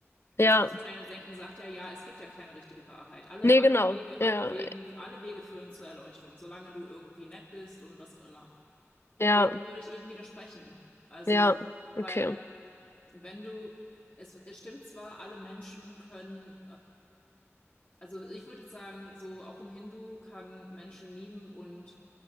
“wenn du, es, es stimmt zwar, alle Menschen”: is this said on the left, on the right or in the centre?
Left